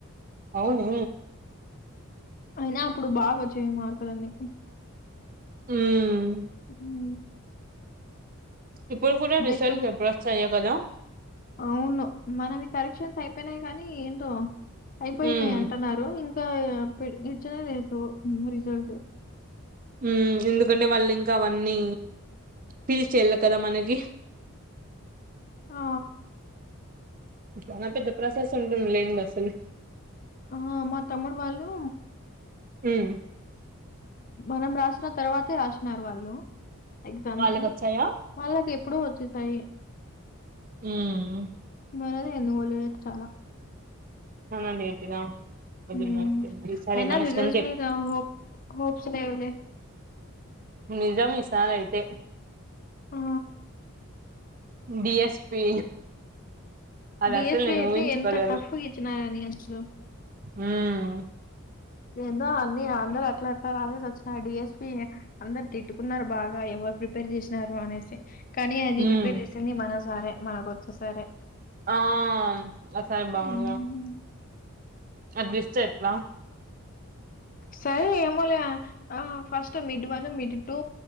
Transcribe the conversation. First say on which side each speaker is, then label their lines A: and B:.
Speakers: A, on the right (about 40°); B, on the left (about 40°).
A: అవునే
B: అయినా అప్పుడు బాగ వచ్చేయి మార్కులన్నీ
A: ఉం
B: ఉం
A: ఇప్పుడు కూడా రిజల్ట్స్
B: ష్ట
A: ఎప్పుడు వస్తాయో కదా
B: అవును మనవి కరెక్షన్స్ అయిపోయినాయి గానీ ఏందో అయిపోయినాయి
A: మ్మ్
B: అంటున్నారు ఇంకా ఇచ్చన <unintelligible> రిజల్
A: ఉం ఎందుకంటే వాళ్ళు ఇంకా అవన్నీ పీల్ చేయాల కదా మనకి
B: ఆ
A: చాలా పెద్ద ప్రాసెస్ ఉంటుంది లేండి అసలు
B: ఆ మా తమ్ముడూ వాళ్ళు
A: ఉం
B: మనం రాసిన తర్వాతే రాసినారు వాళ్ళు ఎగ్జామ్స్
A: వాళ్ళకి వచ్చాయా
B: వాళ్ళకి ఎప్పుడో వచ్చేసాయి
A: ఉం
B: మనద ఎందుకోలే చాలా <unintelligible>
A: చం అతరా అ
B: హ్మ్
A: ఈసారి
B: అయినా
A: మనసుంత
B: రిజల్ట్స్ మీద
A: <unintelligible>
B: హోప్ హోప్స్ లేవులే
A: నిజమే ఇసారి అయితే
B: ఆ
A: డిఎస్పి అది
B: డిఎస్పి
A: అసలు నేను
B: అయితే
A: ఊహించుకోలేను
B: ఎంత టఫ్ గ ఇచ్చినారని అసలు
A: మ్మ్
B: ఏదో అన్ని అందరు అట్లా అట్లా రాసేసి వచ్చిన డిఎస్పి అందరు తిట్టుకున్నారు బాగా ఎవరు ఎవరు ప్రిపేర్ చేసినారు అనేసి కానీ అది
A: మ్మ్
B: ప్రిపేర్ చేసింది మన సరే మనకు వచ్చేసరే
A: ఆ అసయం బాగుంగా
B: హ్మ్
A: <unintelligible> అట్ట ఇస్తే ఎట్లా
B: సరే మామూలుగా first mid one mid two